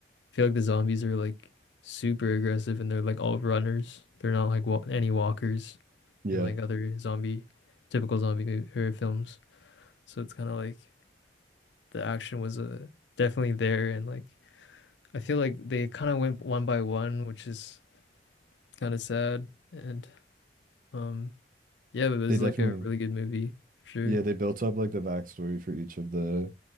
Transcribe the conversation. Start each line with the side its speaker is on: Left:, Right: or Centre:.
Left: I feel like the zombies are like super aggressive and they're like all runners. They're not like wa any walkers
Right: Yeah,
Left: in like other zombie typical zombie mo- or films. So it's kind of like the action was uh, definitely there, and like I feel like they kind of went one by one, which is kind of sad. And um, yeah, but it was
Right: they definitely,
Left: like a really good movie for sure.
Right: yeah, they built up like the backstory for each of the